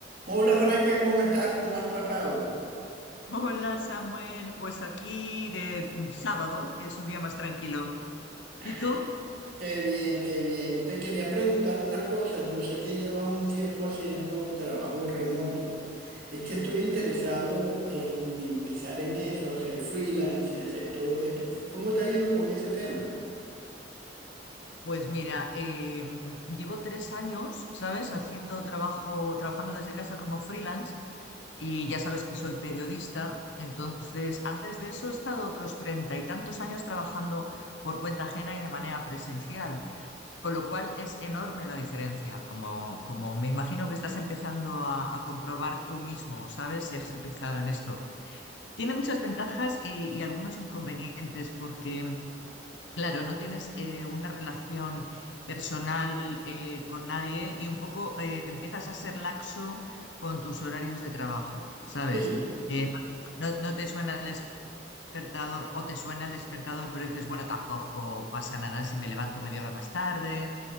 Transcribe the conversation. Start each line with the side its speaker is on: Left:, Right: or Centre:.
Right: Hola Franca, ¿cómo estás? ¿Cómo has pasado?
Left: Hola Samuel, pues aquí de sábado, que es un día más tranquilo.
Right: Ay,
Left: ¿Y tú?
Right: Qué bien, qué bien. Te quería preguntar unas cosas. Yo sé que llevas un tiempo haciendo trabajos remotos. Es que estoy interesado en empezar en eso, hacer freelance y hacer todo esto. ¿Cómo te ha ido con ese tema?
Left: Pues mira, eh, llevo tres años, ¿sabes? Haciendo trabajo, trabajando desde casa como freelance y ya sabes que soy periodista. Entonces, antes de eso he estado otros treinta y tantos años trabajando por cuenta ajena y de manera presencial, con lo cual es enorme la diferencia, como, como me imagino que estás empezando a, a comprobar tú mismo, ¿sabes? Si has empezado en esto. Tiene muchas ventajas eh, y algunos inconvenientes porque Claro, no tienes eh, una relación personal eh, con nadie y un poco eh, empiezas a ser laxo con tus horarios de trabajo, ¿sabes?
Right: Sí,
Left: Eh, no, no te suena el despertador o te suena el despertador, pero dices, bueno, tampoco pasa nada si me levanto media hora más tarde,